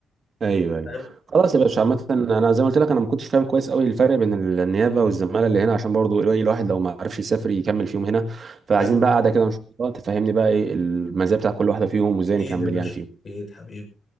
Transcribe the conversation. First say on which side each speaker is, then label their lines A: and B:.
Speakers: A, on the right; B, on the left.
A: ايوه ايوه
B: فاهم
A: خلاص يا باشا عامة انا زي ما قلت لك انا ما كنتش فاهم كويس قوي الفرق بين ال- النيابة والزمالة اللي هنا عشان برضو الواحد الواحد لو ما عرفش يسافر يكمل فيهم هنا فعايزين
B: فاهم.
A: بقى قاعدة كده ان شاء الله تفهمني بقى ايه المزايا بتاع كل واحدة فيهم وازاي
B: اكيد
A: نكمل
B: يا باشا
A: يعني فيهم
B: اكيد حبيب